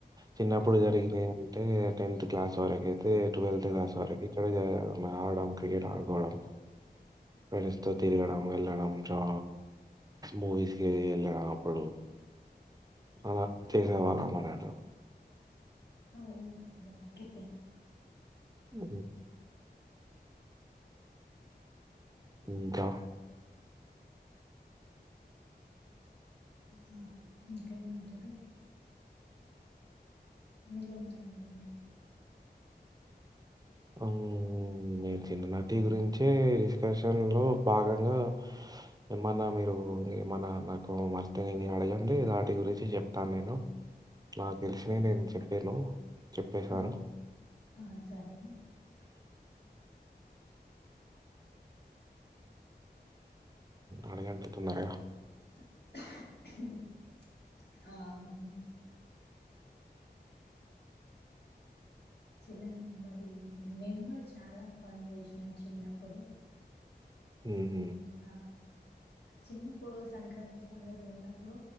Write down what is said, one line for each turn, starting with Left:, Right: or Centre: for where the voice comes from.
Right: చిన్నప్పుడు
Left: ఓకే. ఓకే.
Right: జరిగిన అ టెన్త్ క్లాస్ వరకు తే ట్వల్త్ క్లాస్ వరకి ఇక్కడే చ ఆడడం క్రికెట్ ఆడుకోవడం ఫ్రెండ్స్ తో తిరగడం వెళ్ళడం చా మూవీస్కి వెళ్ళడం అప్పుడు అలా చేసేవాళ్ళం అన్నమాట
Left: అవ్ సరే ఓకే
Right: అ ఇంకా
Left: ఇంకా ఇంకేమంటరు మీరేమ్మన అడగండి
Right: హలో మీరు చిన్న నటి గురించే డిస్కషన్ లో భాగంగా ఏమన్నా మీరు ఏమన్నా నాకు మర్చ నని అడగండి వాటి గురించి చెప్తాను నేను నాకు తెలిసినియి నేను చెప్పాను చెప్పేశాను
Left: ఆ! ఆ! సరే.
Right: అడగంటుతున్నరుగా
Left: <unintelligible> ఆ హుమ్ చిన్నన మరి మేము కుడ్ చాలా పని చేశ్నాం చిన్న ప్పుడు
Right: హుహు.
Left: ఆ చిన్నప్పుడు సంక్రాంతి పండు ప్పుడు ఉన్నప్పుడు